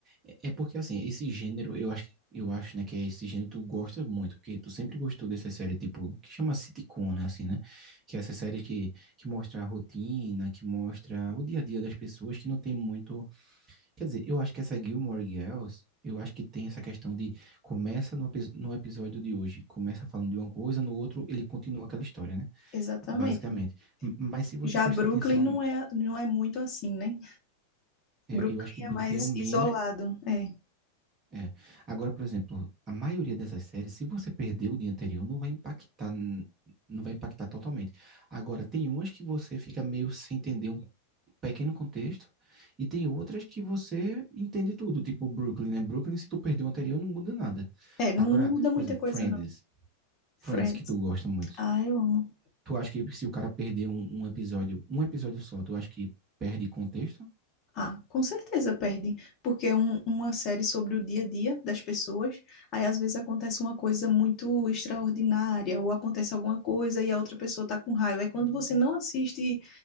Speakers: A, on the right; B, on the left.
A: é é porque assim, esse gênero, eu acho, eu acho, né, que é esse gênero que tu gosta muito, porque tu sempre gostou dessa série, tipo, que chama sitcom, né, assim, né? Que é essa série que, que mostra a rotina, que mostra o dia a dia das pessoas, que não tem muito. Quer dizer, eu acho que essa Gilmore Girls, eu acho que tem essa questão de começa no, epi- no episódio de hoje, começa falando de uma coisa, no outro ele continua aquela história, né?
B: Exatamente.
A: Basicamente. M- Mas se você
B: Já
A: prestar
B: Brooklyn
A: atenção,
B: não
A: a-
B: é não é muito assim, né?
A: eu
B: Brooklyn
A: eu acho que Brooklyn
B: é mais
A: é o menos
B: isolado, é.
A: É. Agora, por exemplo, a maioria dessas séries, se você perdeu o dia anterior, não vai impactar, n- não vai impactar totalmente. Agora, tem umas que você fica meio sem entender um pequeno contexto, e tem outras que você entende tudo, tipo Brooklyn, né? Brooklyn, se tu perdeu o anterior, não muda nada.
B: É, não,
A: Agora,
B: não muda muita
A: por exemplo,
B: coisa
A: Friends,
B: não. Friends.
A: Friends que tu gosta muito.
B: Ah, eu amo.
A: Tu acha que se o cara perder um, um episódio, um episódio só, tu acha que perde contexto?
B: Ah, com certeza perde, porque é um- uma série sobre o dia a dia das pessoas. Aí às vezes acontece uma coisa muito extraordinária, ou acontece alguma coisa e a outra pessoa tá com raiva. Aí quando você não assiste